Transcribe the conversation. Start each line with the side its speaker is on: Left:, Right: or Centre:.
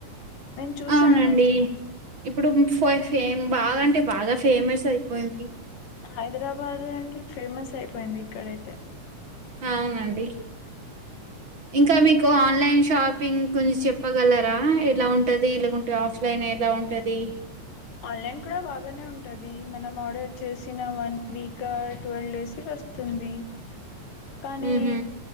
Left: నేను చూసాను
Right: అవునండీ ఇప్పుడు ఫొయ్ ఫేమ్ బాగా అంటే బాగా ఫేమస్ అయ్పోయింది
Left: హైదరాబాద్ అంటే ఫేమస్ అయిపోయింది ఇక్కడైతే
Right: అవునండి
Left: ఉ <unintelligible>
Right: ఇంకా మీకు ఆన్లైన్ షాపింగ్ కొంచెం చెప్పగలరా ఎలా ఉంటది ఆఫ్లైన్ ఎల ఉంటది
Left: ఆన్లైన్ కూడా బాగానే ఉంటది మనం ఆర్డర్ చేసిన వన్ వీక్ ట్వెల్వ్ డేస్లో వస్తుంది కానీ
Right: హుహు.